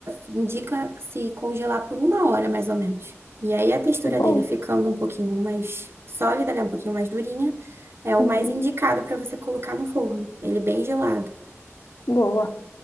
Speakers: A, on the right (about 55°); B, on the left (about 70°).
A: indica se congelar por uma hora mais ou menos. E aí a textura
B: Boa.
A: dele ficando um pouquinho mais sólida, né? Um pouquinho mais durinha, é o
B: Uhum.
A: mais indicado para você colocar no forno. Ele bem gelado,
B: Boa.